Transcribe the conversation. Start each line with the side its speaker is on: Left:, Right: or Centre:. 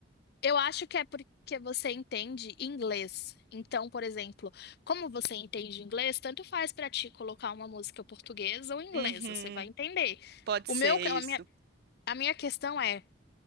Left: Eu acho que é porque você entende inglês. Então, por exemplo, como você entende inglês, tanto faz pra ti colocar uma música portuguesa ou inglesa,
Right: Uhum,
Left: você vai entender.
Right: pode
Left: O
Right: ser
Left: meu, a
Right: isso.
Left: minha, a minha questão é